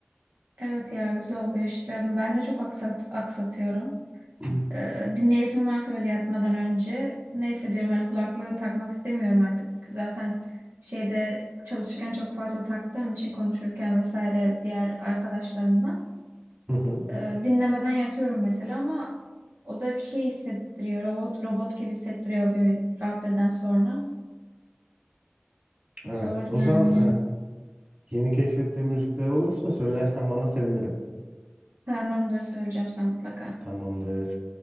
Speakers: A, on the right (about 65°); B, on the right (about 30°).
A: Evet ya güzel oluyor işte. Ben de çok aksat aksatıyorum.
B: Hı
A: Ee, dinleyesim varsa böyle yatmadan önce neyse diyorum hani kulaklığı takmak istemiyorum artık. Zaten şeyde çalışırken çok fazla taktığım için konuşurken vesaire diğer arkadaşlarımla
B: hı.
A: Ee, dinlemeden yatıyorum mesela ama o da bir şey hissettiriyor. Robot robot gibi hissettiriyor bir raddeden sonra.
B: Evet.
A: Zor
B: O
A: yani.
B: zaman e, yeni keşfettiğin müzikler olursa söylersen bana sevinirim.
A: Tamamdır söyleyeceğim sen mutlaka.
B: Tamamdır.